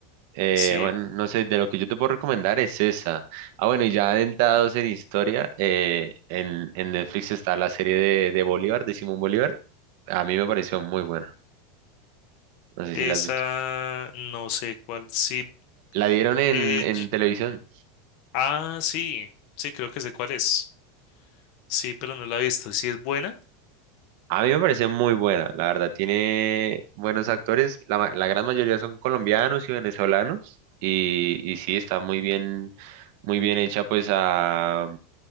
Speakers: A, on the right; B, on the left.
A: Eh,
B: Sí,
A: bueno, no sé, de lo que yo te puedo recomendar es esa. Ah, bueno, y ya adentrados en historia, eh, en, en Netflix está la serie de, de Bolívar, de Simón Bolívar. A mí me pareció muy buena. No sé
B: esa
A: si la has visto.
B: no sé cuál. Sí,
A: La dieron en,
B: eh,
A: en
B: y-
A: televisión.
B: ah, sí, sí, creo que sé cuál es. Sí, pero no la he visto. sí es buena,
A: A mí me parece muy buena, la verdad. Tiene buenos actores. La, ma- la gran mayoría son colombianos y venezolanos. Y, y sí, está muy bien, muy bien hecha, pues a